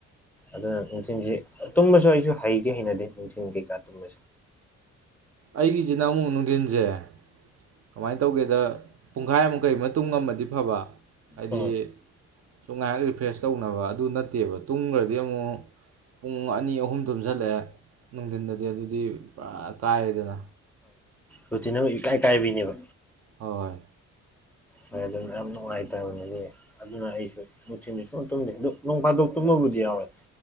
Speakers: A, in the centre; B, on the right.
A: ꯑꯗꯨꯅ ꯅꯨꯡꯊꯤꯜꯁꯤ ꯇꯨꯝꯕꯁꯨ ꯑꯩꯁꯨ ꯍꯩꯒ ꯍꯩꯅꯗꯦ ꯅꯨꯡꯊ ꯆꯤꯡꯕꯤ ꯀꯥꯗꯃꯦ
B: ꯑꯩꯒꯤ ꯏꯆꯤꯟ ꯏꯅꯥꯃꯨꯛ ꯅꯨꯡꯊꯤꯟꯁꯦ ꯀꯃꯥꯏꯅ ꯇꯧꯒꯦꯗ ꯄꯨꯡꯈꯥꯏ ꯑꯃꯨꯛꯈꯩ ꯃꯇꯨꯡꯃꯗꯤ ꯐꯕ ꯍꯥꯏꯗꯤ
A: ꯎꯝ
B: ꯁꯨꯝ ꯉꯥꯏꯍꯥꯛ ꯔꯤꯐ꯭ꯔꯦꯁ ꯇꯧꯅꯕ ꯑꯗꯨ ꯅꯠꯇꯦꯕ ꯇꯨꯡꯈ꯭ꯔꯗꯤ ꯑꯃꯨꯛ ꯄꯨꯡ ꯑꯅꯤ ꯑꯍꯨꯝ ꯇꯣꯝꯖꯜꯂꯛꯑꯦ ꯅꯨꯡꯊꯤꯟꯗꯗꯤ ꯑꯗꯨꯗꯤ ꯄꯨꯔꯥ ꯀꯥꯏꯑꯦꯗꯅ
A: ꯔꯇꯤꯅ ꯏꯀꯥꯏ ꯀꯥꯏꯕꯤꯅꯦꯕ
B: ꯍꯣꯏ ꯍꯣꯏ
A: ꯍ ꯑꯗꯨꯅ ꯌꯥꯝ ꯅꯨꯡꯉꯥꯏꯇꯕꯅꯤꯗꯤ ꯑꯗꯨꯅ ꯑꯩꯁꯨ ꯅꯨꯡꯊꯤꯟꯕꯁꯨ ꯇꯨꯝꯗꯦ ꯑꯗꯨ ꯅꯣꯡ ꯐꯥꯗꯣꯛ ꯇꯨꯝꯃꯕꯨꯗꯤ ꯌꯥꯎꯔꯦ